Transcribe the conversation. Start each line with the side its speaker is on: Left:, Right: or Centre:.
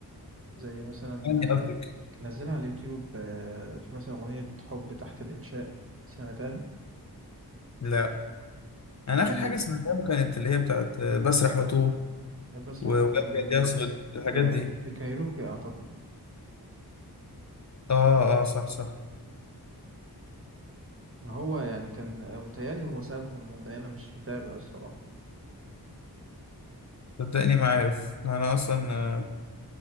Right: زي مثلا
Left: أني
Right: آه،
Left: قصدك
Right: كان نزلها على اليوتيوب آه، في مثلا أغنية حب تحت الإنشاء سمعتها دي
Left: لا أنا
Right: دي
Left: آخر حاجة سمعتها له كانت اللي هي بتاعت آه، بسرح وأتوه
Right: بسرح
Left: و-
Right: على
Left: وأبيض
Right: طول جميل
Left: يا أسود
Right: بس
Left: الحاجات
Right: ده
Left: دي
Right: ده كايروكي أعتقد
Left: اه اه صح صح
Right: هو يعني كان آه، متهيألي هو سابهم ولا إيه؟ أنا مش متابع الصراحة
Left: صدقني ما عارف أنا أصلا آه،